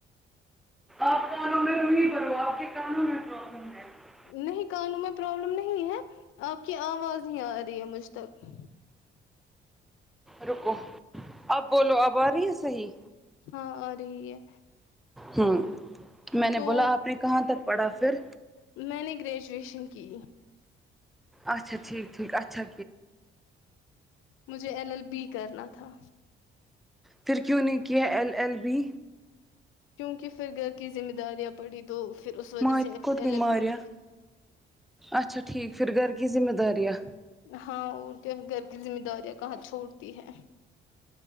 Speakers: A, in the centre; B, on the left.
A: آپ کانوں میں روہی بھرو آپ کے کانوں میں پرابلم ہے
B: نہیں کانوں میں پرابلم نہیں ہے آپ کی آواز نہیں آ رہی ہے مجھ تک
A: روکو اب بولو اب آ رہی ہیں صحیح
B: ہاں آ رہی ہے
A: ہوں میں نے
B: تو
A: بولا آپ نے کہاں تک پڑہا پھر
B: میں نے گریجویشن کی
A: اچھا ٹھیک ٹھیک اچھا
B: مجھے ایل ایل بی کرنا تھا
A: پھر کیوں نہیں کیا ایل ایل بی
B: کیونکہ پھر گھر کی ذمہ داریاں پڑی تو پھر اس وجہ
A: ماں
B: سے پھر
A: خود
B: ایل
A: بھی
B: ایل
A: ماریا
B: پی نہیں کر
A: اچھا ٹھیک پھر گھر کی ذمہ داریاں
B: ہاں اور کے گھر کی ذمہ داریاں کہاں چھوڑتی ہے